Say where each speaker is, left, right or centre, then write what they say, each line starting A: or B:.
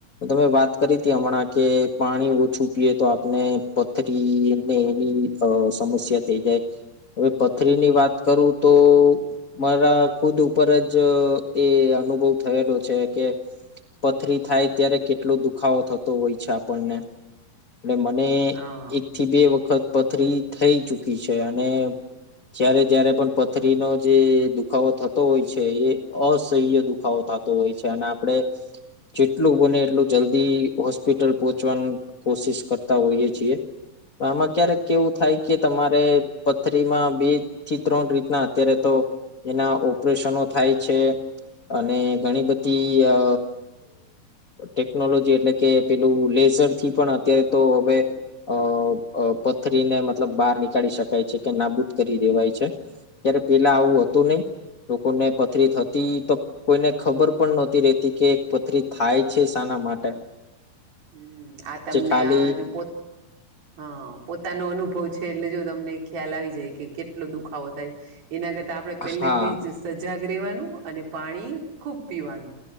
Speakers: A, on the left; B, on the right.
A: તમે વાત કરી હતી હમણાં કે પાણી ઓછું પીએ તો આપને પથરીને એની સમસ્યા થઈ જાય હવે પથરીની વાત કરું તો મારા ખુદ ઉપર જ એ અનુભવ થયેલો છે કે પથરી થાય ત્યારે કેટલો દુખાવો થતો હોય છે આપણને એટલે મને
B: હા
A: એકથી બે વખત પથરી થઈ ચુકી છે અને જયારે જયારે પણ પથરીનો જે દુખાવો થતો હોય છે એ અસહ્ય દુખાવો થતો હોય છે અને આપડે જેટલું બને એટલું જલ્દી હોસ્પિટલ પહોંચવાનું કોશિશ કરતા હોઈએ છીએ. આમાં ક્યારેક એવું થાય કે તમારે પથરીમાં બે થી ત્રણ રીતના અત્યારે તો એના ઓપરેશનો થાય છે. અને ઘણી બધી અ ટેકનોલોજી એટલે કે પેલું લેઝરથી પણ અત્યારે તો હવે અ અ પથરીને મતલબ બહાર નીકાળી શકાય છે કે નાબૂદ કરી દેવાય છે. ત્યારે પેલા આવું હતું નઈ લોકોને પથરી થતી તો કોઈને ખબર પણ નોતી રેતી કે પથરી થાય છે શાના માટે
B: હમ આ તમને
A: જે ખાલી
B: આ પો હા પોતાનો અનુભવ છે છેલ્લે જો તમને ખ્યાલ આવી જાય કે કેટલો દુખાવો થાય એના કરતા આપણે પહેલેથી
A: હા
B: જ સજાગ રહેેવાનું અને પાણી ખૂબ પીવાનું